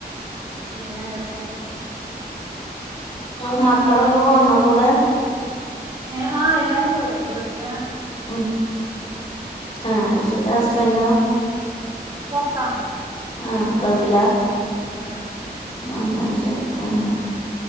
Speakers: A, on the right; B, on the left.
A: പിന്നെ എന്തൊക്കെ
B: <unintelligible> മക്കളൊക്കെ പോന്നൊ കൂടെ?
A: ഏഹ് ആഹ് എല്ലാരും പോരെ വീട്ട്ലാ
B: ഉം ആഹ് ശെരി ഹസ്ബന്റോ?
A: പൊർത്താണ്
B: ആഹ് ഗൾഫിലാ?
A: ഉം
B: ആഹ് അഹ് ശെരി ആഹ്